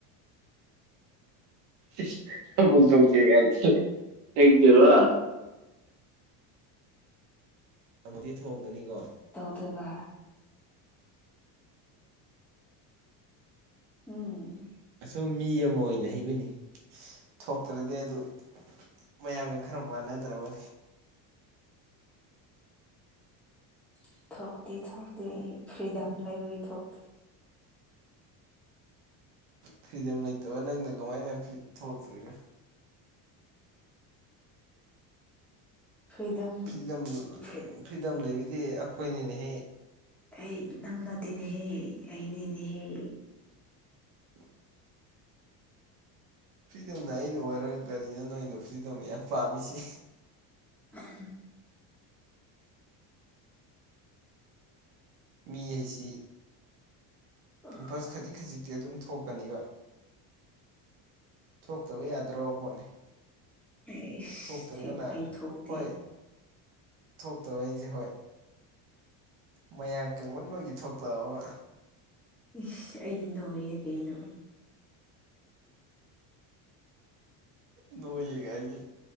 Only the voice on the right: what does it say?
ꯨꯛ ꯁ ꯍ ꯀ ꯋꯥ ꯃꯗꯤ ꯊꯣꯡꯒꯅꯤꯀꯣ
ꯑꯁꯨꯝ ꯃꯤ ꯑꯃ ꯑꯣꯏꯅ ꯍꯩꯕꯅꯤ ꯊꯣꯛꯇ꯭ꯔꯗꯤ ꯑꯗꯨ ꯃꯌꯥꯝꯒ ꯈꯔ ꯃꯥꯟꯅꯗ꯭ꯔꯕ
ꯐ꯭ꯔꯤꯗꯝ ꯂꯩꯇꯕ ꯅꯪꯅ ꯀꯃꯥꯏꯅ ꯊꯣꯛꯂꯛꯇ꯭ꯔꯤꯅ
ꯐ꯭ꯔꯤꯗꯝ
ꯐ꯭ꯔꯤꯗꯝ ꯂꯩꯕꯗꯤ ꯑꯩꯈꯣꯏꯅꯤꯅꯦꯍꯦ
<unintelligible> ꯐ꯭ꯔꯤꯗꯝꯅ ꯑꯩꯅ ꯑꯣꯏꯔꯒ ꯀꯔꯤꯅꯣ ꯅꯣꯏꯅ ꯐ꯭ꯔꯤꯗꯝ ꯌꯥꯝ ꯄꯥꯝꯃꯤꯁꯤ
ꯃꯤ ꯍꯥꯏꯁꯤ
ꯄꯤꯝꯄꯜꯁ ꯈꯖꯤꯛ ꯈꯖꯤꯛꯇꯤ ꯑꯗꯨꯝ ꯊꯣꯛꯀꯅꯤꯕ ꯊꯣꯛꯇꯕ ꯌꯥꯗ꯭ꯔꯕ ꯄꯣꯠꯅꯤ
ꯊꯣꯛꯇ꯭ꯔꯒꯅ
ꯍꯣꯏ ꯊꯣꯛꯇꯕ ꯑꯩꯁꯦ ꯍꯣꯏ ꯃꯌꯥꯝ ꯀꯪꯃꯟꯕꯒꯤ ꯊꯣꯛꯇꯛꯑꯣ
ꯅꯣꯡ ꯀꯗ